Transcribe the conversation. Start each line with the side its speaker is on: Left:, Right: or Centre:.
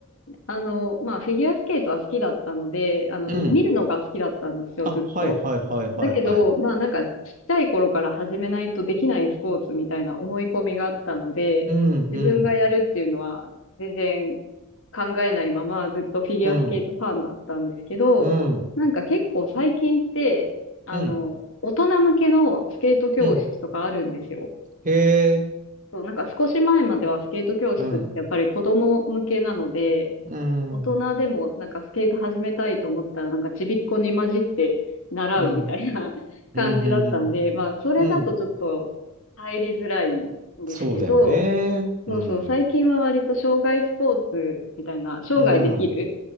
Left: あの、まあフィギュアスケートは好きだったので、あの、
Right: うん。
Left: ず、見るのが好きだったんですよ、
Right: あ、
Left: ずっと。
Right: はいはいはいはいはい。
Left: だけど、まあなんかちっちゃい頃から始めないとできないスポーツみたいな思い込みがあったので、
Right: うん、
Left: 自分がやるっていうのは全然
Right: うん、
Left: 考えないままずっとフィギュアスケートファンだったんですけど、
Right: うん、うん、
Left: なんか結構最近って、あの、
Right: うん、
Left: 大人向けのスケート教室とかあるんですよ。
Right: うん。へえ、
Left: そう、なんか少し前まではスケート教室ってやっぱり子供向けなので、
Right: うん、うん、
Left: 大人でもなんかスケート始めたいと思ったらなんかちびっこに混じって習うみたいな
Right: うん、うん、
Left: <laughs> 感じだったんで、
Right: うん、うん、
Left: まあそれだとちょっと入りづらいんですけど、
Right: うん。うんそうだよね。
Left: そうそう、
Right: うん、
Left: 最近は割と障害スポーツみたいな、生涯できる
Right: うん、